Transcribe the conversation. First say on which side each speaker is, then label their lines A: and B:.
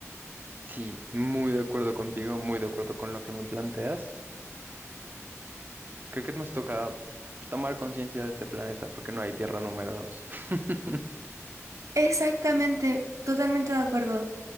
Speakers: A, on the right; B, on the right.
A: Sí, muy de acuerdo contigo, muy de acuerdo con lo que me planteas. Creo que nos toca tomar conciencia de este planeta porque no hay tierra número dos. <laughs>
B: Exactamente, totalmente de acuerdo